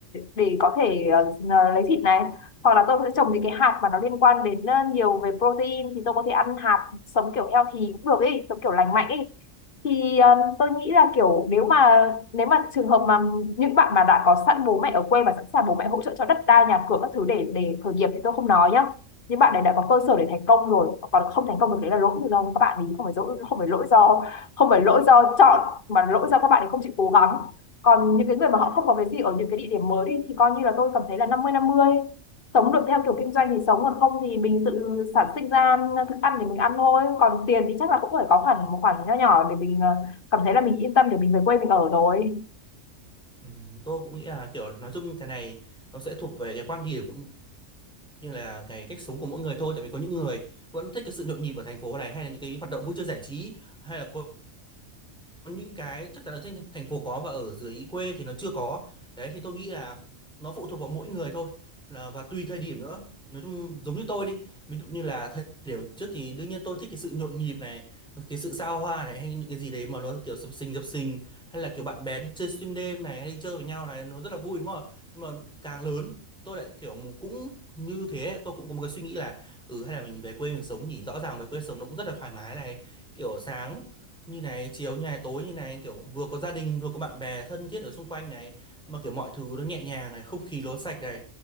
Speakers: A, on the left; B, in the centre.
A: để có thể ờ, ờ, lấy thịt này hoặc là tôi sẽ trồng những cái hạt mà nó liên quan đến ờ, nhiều về protein thì tôi có thể ăn hạt sống kiểu healthy cũng được ấy sống kiểu lành mạnh ấy thì ờ, tôi nghĩ là kiểu nếu mà nếu mà trường hợp mà những bạn mà đã có sẵn bố mẹ ở quê và sẵn sàng bố mẹ hỗ trợ cho đất đai nhà cửa các thứ để để khởi nghiệp thì tôi không nói nhá nhưng bạn này đã có cơ sở để thành công rồi còn không thành công được đấy là lỗi do các bạn ấy không phải lỗi không phải lỗi do không phải lỗi do chọn mà lỗi do các bạn ấy không chịu cố gắng còn những cái người mà họ không có cái gì ở những cái địa điểm mới đi thì coi như là tôi cảm thấy là năm mươi năm mươi sống được theo kiểu kinh doanh thì sống còn không thì mình tự sản sinh ra thức ăn để mình ăn thôi còn tiền thì chắc là cũng phải có hẳn một khoản nho nhỏ để mình ờ, cảm thấy là mình yên tâm để mình về quê mình ở rồi
B: Ừm, tôi cũng nghĩ là kiểu nói chung cái này nó sẽ thuộc về cái quan điểm cũng như là cái cách sống của mỗi người thôi tại vì có những người vẫn thích cái sự nhộn nhịp ở thành phố này hay là những cái hoạt động vui chơi giải trí hay là có có những cái chắc chắn ở trên thành phố có và ở dưới quê thì nó chưa có đấy thì tôi nghĩ là nó phụ thuộc vào mỗi người thôi là và tùy thời điểm nữa nói chung giống như tôi đi ví dụ như là thời điểm trước thì đương nhiên tôi thích cái sự nhộn nhịp này cái sự xa hoa này hay những cái gì đấy mà nó kiểu sập sình sập sình hay là kiểu bạn bè đi chơi xuyên đêm này hay đi chơi với nhau này nó rất là vui đúng không ạ? nhưng mà càng lớn tôi lại kiểu mù- cũng như thế tôi cũng có một cái suy nghĩ là ừ hay là mình về quê mình sống nhỉ rõ ràng về quê sống nó cũng rất là thoải mái này kiểu sáng như này chiếu như này tối như này kiểu vừa có gia đình vừa có bạn bè thân thiết ở xung quanh này mà kiểu mọi thứ nó nhẹ nhàng này không khí nó sạch này